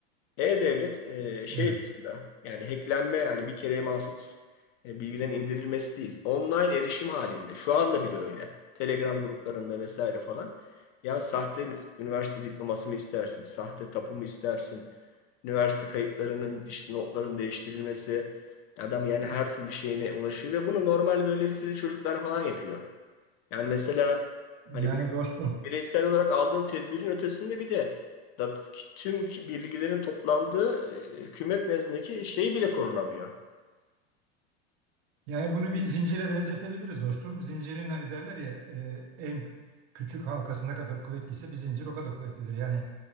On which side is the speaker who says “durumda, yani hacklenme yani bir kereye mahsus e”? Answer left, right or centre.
Left